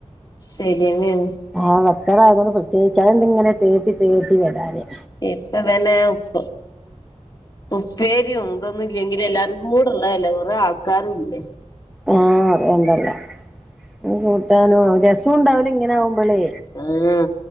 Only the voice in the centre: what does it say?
ആഹ് വത്തള് ആയതോണ്ട് പ്രത്യേകിച്ച് അണ്ട് ഇങ്ങനെ തേട്ടി തേട്ടി വരാനെയ്.
ആഹ് അറിയണ്ടല്ല ഒരു കൂട്ടാനോ രസം ഇണ്ടാവൂല ഇങ്ങനെ ആവുമ്പളേ.